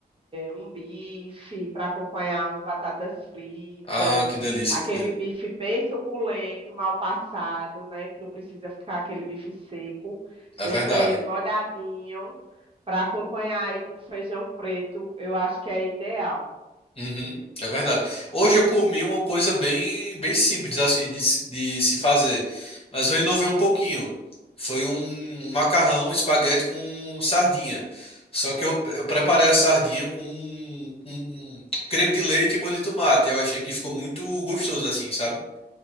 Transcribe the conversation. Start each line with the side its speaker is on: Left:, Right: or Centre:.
Right: um bife para acompanhar umas batatas fritas,
Left: Ah, que delícia,
Right: aquele
Left: que delícia.
Right: bife bem suculento, mal passado, né? Que não precisa ficar aquele bife seco.
Left: É
Right: Deixa
Left: verdade.
Right: ele molhadinho para acompanhar aí com feijão preto, eu acho que é ideal.
Left: Uhum, é verdade. Hoje eu comi uma coisa bem, bem simples assim de, se- de se fazer, mas eu inovei um pouquinho. Foi um macarrão espaguete com sardinha. Só que eu, eu preparei a sardinha com, com um creme de leite e molho de tomate. Eu achei que ficou muito gostoso assim, sabe?